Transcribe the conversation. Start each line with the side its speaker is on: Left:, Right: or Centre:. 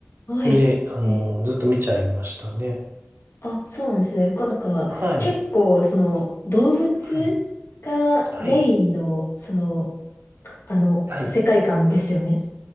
Left: はい。
Right: 見れ、あのーずっと見ちゃいましたね。
Left: え、あ、そうなんですね。こうなんか、
Right: はい、
Left: 結構、その、動物がメインの、
Right: はい、はい、
Left: その、かあの、
Right: はい。
Left: 世界観ですよね。